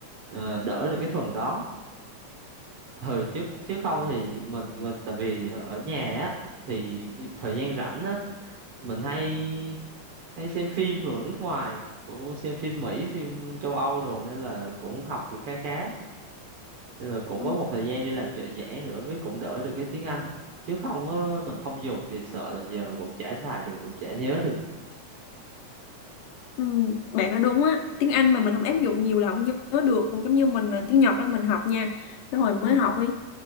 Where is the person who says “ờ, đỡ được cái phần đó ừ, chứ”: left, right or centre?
Right